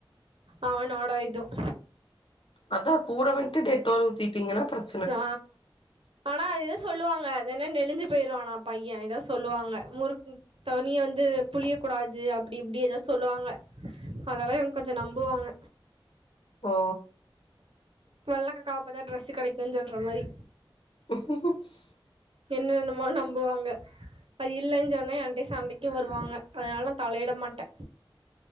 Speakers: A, on the right; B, on the left.
A: அவ நோட யிதும்
B: அதா கூட வந்துட்டு டெட்டால் ஊத்திட்டீங்கன்னா பிரச்
A: ஆ ஆனா ஏதோ சொல்லு வாங்க அது என்ன நெலிஞ்சு போயிருவான பையே எதவது சொல்லு வாங்க முரு தனிய வந்து புளிய கூடாது அப்டி இப்பிடி ஏதோ சொல்லுவாங்க அதெல்லா இவங்கா கொஞ்சோ நம்புவாங்க
B: ஓ
A: வெள்ள கக்கா பாத்தா ட்ரெஸ் கிடைக்குன் சொல்ற மாறி
B: உ <inaudible>
A: என்ன என்னமோ நம்புவாங்க அது இல்லைன் சொன்னே என்டையே சண்டைக்கு வருவாங்க அதனால நா தலையிட மாட்டே